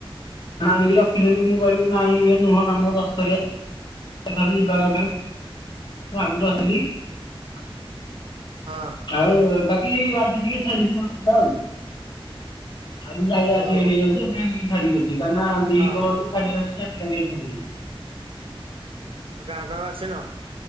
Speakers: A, on the left; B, on the right.
A: ଆଣିକି ରଖିଦେଲିି ମୁଁ କହିଲି ନାଇଁ ଇଏ ନୁହଁ ଆମ ଦଶସ୍ତରିଆ ଖାଲି ଯିବା କଥା। ମୁଁ ଆଗରୁ। <unintelligible>
B: ହଁ।
A: ଆଉ ବାକି ଆଜି ଟିକେ ଛାଡିଚି ବର୍ଷା ଟା ଆଉ। ଆଜି ଯାଇ ଆସିକି
B: ଓହୋ
A: ହେଇଯାଉଛି
B: ହଁ
A: ଆମେ ଛାଡିକି ଅଛି। କାହିଁକି ନା ଦିପହରରୁ
B: ହଁ ଆଉ
A: ଛାଡିଲାଣି ଯେ ଏବେ ଯାଏ ଛାଡିନି।
B: ଆଉ ଗାଁକୁ ଆଉ ଆସିନ?